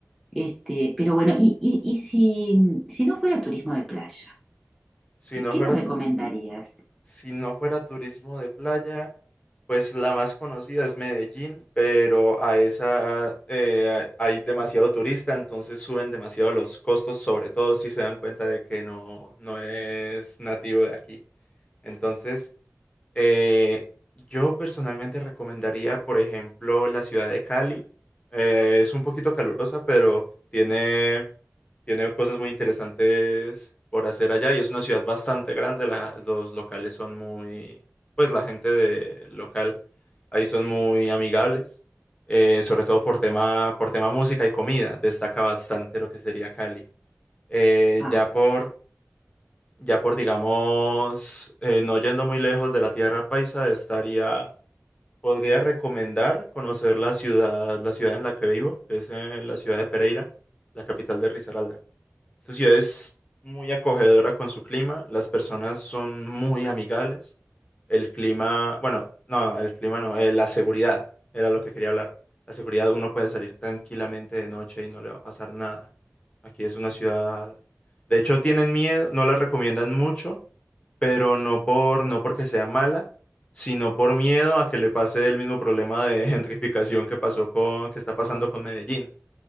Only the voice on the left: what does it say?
Si
no
fuera,
si no fuera turismo de playa, pues la más conocida es Medellín, pero a esa eh, hay demasiado turista, entonces suben demasiado los costos, sobre todo si se dan cuenta de que no, no es nativo de aquí. Entonces, eh, yo personalmente recomendaría, por ejemplo, la ciudad de Cali. Eh, es un poquito calurosa, pero tiene, tiene cosas muy interesantes por hacer allá y es una ciudad bastante grande. La- los locales son muy, pues la gente de local ahí son muy amigables, eh, sobre todo por tema, por tema música y comida. Destaca bastante lo que sería Cali. Eh,
ya por ya por, digamos, eh, no yendo muy lejos de la tierra paisa, estaría, podría recomendar conocer la ciudad, la ciudad en la que vivo, que es en la ciudad de Pereira, la capital de Risaralda. Esta ciudad es muy acogedora con su clima, las personas son muy amigables. El clima, bueno, no, el clima no, eh, la seguridad era lo que quería hablar. La seguridad, uno puede salir tranquilamente de noche y no le va a pasar nada. Aquí es una ciudad, de hecho tienen miedo, no la recomiendan mucho, pero no por, no porque sea mala, sino por miedo a que le pase el mismo problema de <laughs> gentrificación que pasó con, que está pasando con Medellín